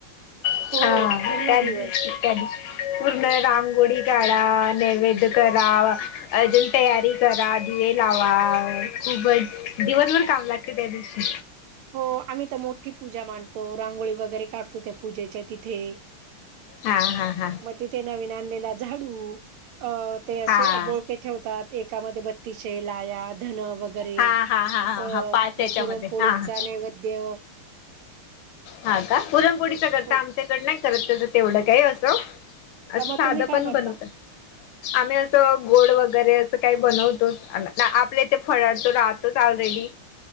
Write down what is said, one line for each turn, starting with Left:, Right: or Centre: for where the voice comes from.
Left: हा
Right: हो पूर्ण
Left: त्या
Right: दिवस
Left: दिवशी त्याच दिवशी. पूर्ण रांगोळी काढा, नैवेद करा अजून तयारी करा दिवे लावा खूपच दिवसभर काम लागतं त्या दिवशी.
Right: हो आम्ही तर मोठी पूजा मांडतो रांगोळी वगैरे काढतो त्या पूजेच्या तिथे.
Left: हा हा हा.
Right: मग तिथे नवीन आणलेला झाडू अ ते असे
Left: हा हा
Right: ते ठेवतात एकामध्ये बत्तीशे लाह्या धन वगैरे
Left: हा हा हा
Right: असं
Left: हा पाच
Right: मग
Left: याच्यामध्ये
Right: पुरमपोळीचा
Left: हा हा
Right: नैवेद्य.
Left: हा का पुरणपोळीचा करता
Right: हो
Left: आमचं त्यांच्याकडं नाही करत त्याच तेवढं काही असं, असं
Right: मग
Left: साधं
Right: तुम्ही काय
Left: पण
Right: करता
Left: बनवतात. आम्ही असं गोड वगैरे असं काही बनवतो आपल्या येथे फळचे राहतोच ऑलरेडी.